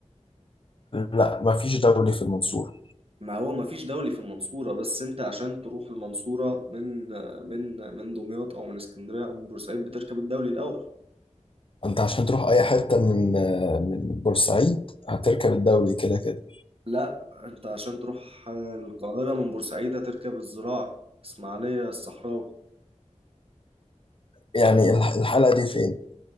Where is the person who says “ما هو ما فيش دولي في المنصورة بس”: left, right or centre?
Right